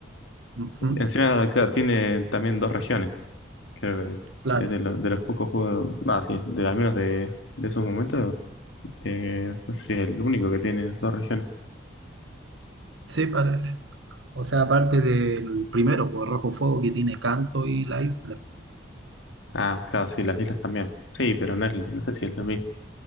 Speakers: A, on the right; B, on the left.
A: Ujú,
B: Encima, claro, tiene también dos regiones. Creo
A: Claro,
B: que es de, los de los pocos juegos, ah, sí, de, al menos de, de esos momentos. eh, no sé si es el único que tiene dos regiones.
A: sí, parece. O sea, aparte del primero, por Rojo Fuego, que tiene Canto y La Isla.
B: Ah, claro, sí, las islas también. Sí, pero no es, no sé si es lo mismo.